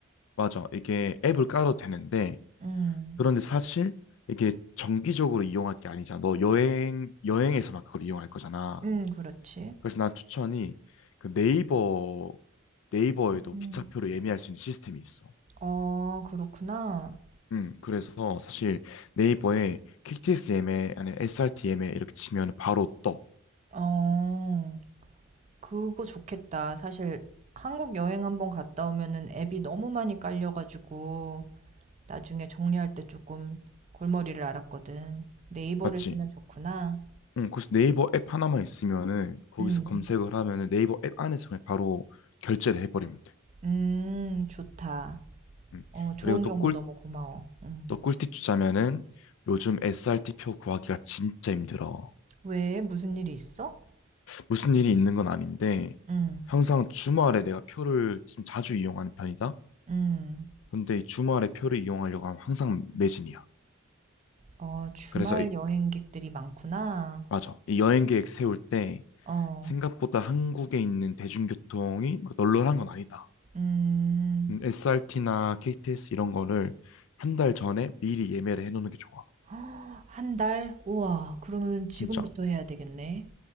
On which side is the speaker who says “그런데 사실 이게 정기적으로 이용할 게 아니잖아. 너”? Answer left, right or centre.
Left